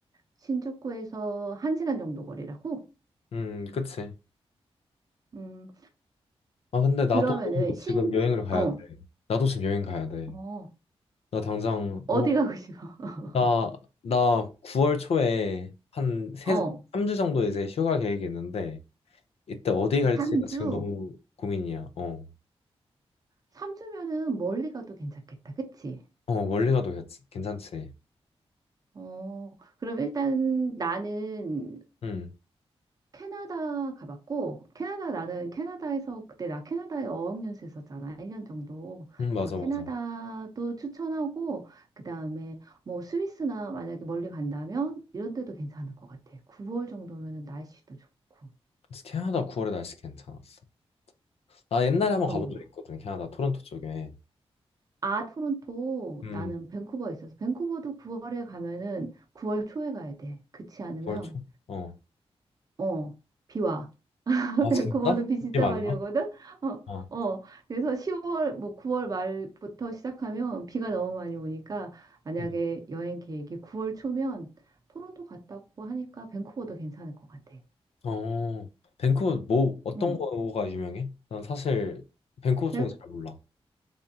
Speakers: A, on the right; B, on the left.
A: 신주쿠에서 한 시간 정도 거리라고?
B: 음, 그치.
A: 음,
B: 아, 근데 나도
A: 그러면은 신,
B: 지금 여행을 가야
A: 어,
B: 돼. 나도 지금 여행 가야 돼.
A: 어,
B: 나 당장,
A: 어디
B: 어,
A: 가고 싶어? <laughs>
B: 나, 나 9월 초에 한 세,
A: 어,
B: 3주 정도 이제 휴가 계획이 있는데, 이때 어디 갈지가
A: 삼주?
B: 지금 너무 고민이야. 어.
A: 3주면은 멀리 가도 괜찮겠다. 그치?
B: 어, 멀리 가도 괜찮- 괜찮지.
A: 어, 그럼 일단 나는
B: 응,
A: 캐나다 가봤고, 캐나다 나는 캐나다에서 그때 나 캐나다에 어학연수 했었잖아. 1년 정도.
B: 응, 맞아,
A: 그래서 캐나다도
B: 맞아.
A: 추천하고, 그 다음에 뭐 스위스나 만약에 멀리 간다면 이런 데도 괜찮을 것 같아. 9월 정도면은 날씨도 좋고.
B: 캐나다 9월에 날씨 괜찮았어. 나 옛날에 한번
A: 어.
B: 가본 적 있거든, 캐나다 토론토 쪽에.
A: 아, 토론토,
B: 음.
A: 나는 밴쿠버에 있어서, 밴쿠버도 9월에 가면은 9월 초에 가야 돼. 그렇지 않으면
B: 벌초? 어.
A: 어, 비 와. <laughs>
B: 아
A: 밴쿠버는
B: 진짜?
A: 비 진짜
B: 집 아니야?
A: 많이 오거든? 어,
B: 어.
A: 어. 그래서 10월, 뭐 9월 말부터 시작하면 비가 너무 많이 오니까 만약에
B: 응.
A: 여행 계획이 9월 초면 토론토 갔다고 하니까 밴쿠버도 괜찮을 것 같아.
B: 어. 밴쿠버 뭐 어떤
A: 응.
B: 거가 유명해? 난 사실 밴쿠버
A: 밴,
B: 쪽은 잘 몰라.